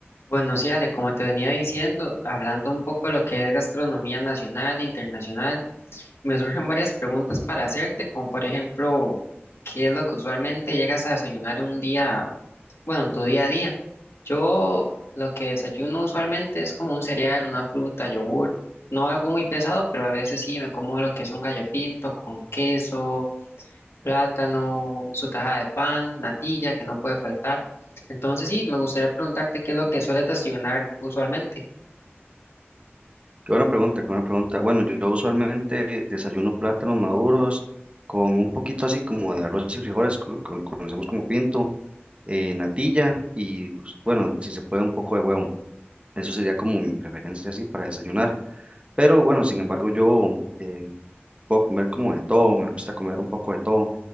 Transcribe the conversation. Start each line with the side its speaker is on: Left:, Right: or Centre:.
Left: Bueno, sí, Ale, como te venía diciendo, hablando un poco de lo que es gastronomía nacional e internacional, me surgen varias preguntas para hacerte, como por ejemplo, ¿qué es lo que usualmente llegas a desayunar un día, bueno, en tu día a día? Yo lo que desayuno usualmente es como un cereal, una fruta, yogur, no algo muy pesado, pero a veces sí me como lo que es un gallo pinto con queso plátano, su tajada de pan, natilla, que no puede faltar. Entonces sí, me gustaría preguntarte qué es lo que sueles desayunar usualmente.
Right: Qué buena pregunta, qué buena pregunta. Bueno, yo, yo usualmente desayuno plátanos maduros con un poquito así como de arroz y frijoles, con lo que conocemos como pinto, eh, natilla y pues, bueno, si se puede un poco de huevo. Eso sería como mi preferencia así para desayunar. Pero bueno, sin embargo, yo eh, puedo comer como de todo, me gusta comer un poco de todo.